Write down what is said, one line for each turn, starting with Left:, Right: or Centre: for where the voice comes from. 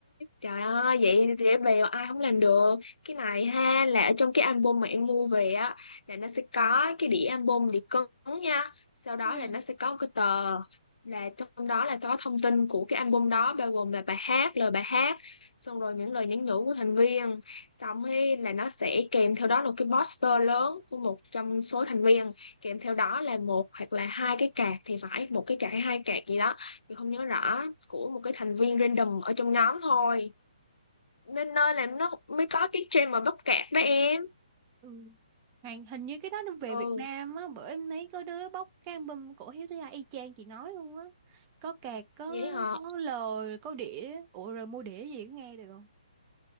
Left: Trời ơi, vậy dễ bèo ai không làm được. Cái này ha là ở trong cái album mà em mua về á là nó sẽ có cái đĩa album đĩa cứng nha. Sau đó
Right: Ừ.
Left: là nó sẽ có một cái tờ là trong đó là có thông tin của cái album đó bao gồm là bài hát, lời bài hát, xong rồi những lời nhắn nhủ của thành viên. Xong ấy là nó sẽ kèm theo đó là cái poster lớn của một trong số thành viên, kèm theo đó là một hoặc là hai cái card thì phải, một cái card hay hai card gì đó mình không nhớ rõ của một cái thành viên random ở trong nhóm thôi nên nơi làm nó mới có cái trend mà bắp cạp đó em
Right: Ừ. Hàng hình như cái đó nó về
Left: ừ
Right: Việt Nam á, bữa em thấy có đứa bóc cái album cổ Hiếu Thứ Hai y chang chị nói luôn á. Có cạc, có
Left: vậy họ
Right: có lời, có đĩa. Ủa rồi mua đĩa gì có nghe được không?